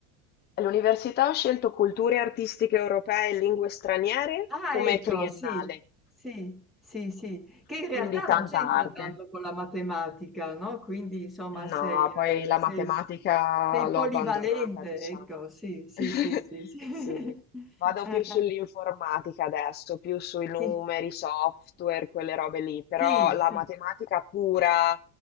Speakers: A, on the left (about 25°); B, in the centre.
A: L'università ha scelto Culture artistiche europee e lingue straniere
B: Ah,
A: come
B: ecco,
A: triennale,
B: sì, sì, sì, sì, che in realtà
A: quindi tanta
B: non c'entra
A: arte.
B: tanto con la matematica, no? Quindi, insomma,
A: No,
B: sei, eh,
A: poi la
B: sei-
A: matematica
B: sei
A: l'ho
B: polivalente,
A: abbandonata, diciamo.
B: ecco, sì, sì,
A: <laughs>
B: sì, sì, sì. <laughs>
A: Sì, vado
B: Eh,
A: più sull'informatica
B: eh,
A: adesso, più sui numeri,
B: sì,
A: software, quelle robe lì, però
B: sì,
A: la
B: sì,
A: matematica pura,